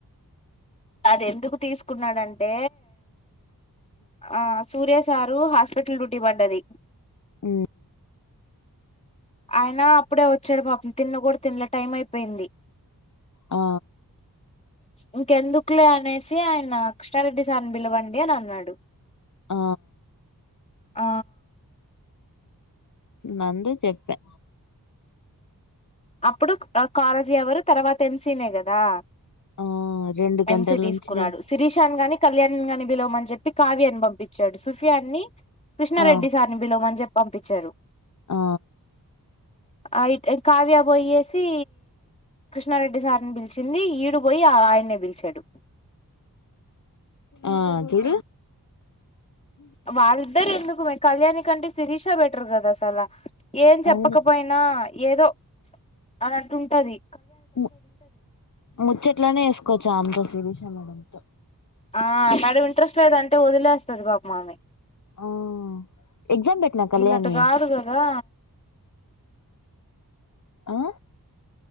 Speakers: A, on the left; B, on the left.
A: అదేందుకు తీసుకున్నాడంటే ఆ సూర్య సారు హాస్పిటల్ డ్యూటీ పడ్డది
B: ఉ
A: ఆయన అప్పుడే వచ్చాడు పాపం తినను కూడా తినలే టైం అయిపోయింది
B: ఆ
A: ఇంకెందుకులే అనేసి ఆయన కృష్ణారెడ్డి సార్ని పిలవండి అని అన్నాడు
B: ఆ
A: ఆ
B: నందు చెప్పా
A: అప్పుడు కాలేజీ ఎవరు తర్వాత ఎన్సినే కదా
B: ఆ రెండు
A: ఎంసీ
B: గంటల
A: తీసుకున్నాడు
B: నుంచి చెప్
A: శిరీషాని గాని కళ్యాణిని గాని పిలవమని చెప్పి కావ్యాన్ని పంపించాడు సోఫియాని కృష్ణారెడ్డి
B: ఆ
A: సార్ని పిలవమని చెప్పి పంపించారు
B: ఆ
A: అయితే కావ్య పోయ్యేసి కృష్ణారెడ్డి సార్ని పిలిచింది ఈడు పొయ్యి ఆయ్యన్నీ పిలిచ చెడు
B: ఆ చూడు
A: వాళ్ళిద్దరు ఎందుకుమే కళ్యాణి కంటే శిరీషా బెటర్ కదా అసలా ఏం చెప్పకపోయినా
B: అవును
A: ఏదో అనంటుంటది
B: ము ముచ్చట్రైన వేసుకోవచ్చా ఆమేతో శిరీష మేడంతో
A: ఆ మేడం ఇంట్రెస్ట్ లేదంటే వదిలేస్తది పాపం ఆమె
B: ఆ ఎగ్జామ్ పెట్నా కళ్యాణి
A: వీళ్ళట్టు కాదు కదా
B: ఆ